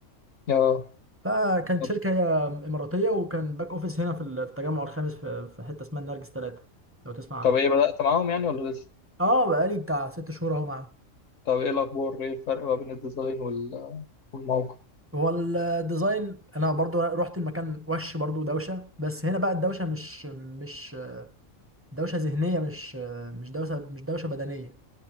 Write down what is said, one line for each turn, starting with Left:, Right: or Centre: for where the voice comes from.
Left: اه
Right: لا كانت
Left: طب
Right: شركة إماراتية وكان باك أوفيس هنا في ال- في التجمع الخامس في في حتة اسمها النرجس 3 لو تسمع عنها
Left: طب ايه بدأت معاهم يعني ولا لسه؟
Right: اه بقالي بتاع ست شهور اهو معاه
Left: طب ايه الاخبار؟ ايه الفرق ما بين الديزاين وال... والموقع؟
Right: هو الديزاين انا برضو رحت المكان وش برضو دوشة بس هنا بقى الدوشة مش مش دوشة ذهنية مش مش دوشة مش دوشة بدنية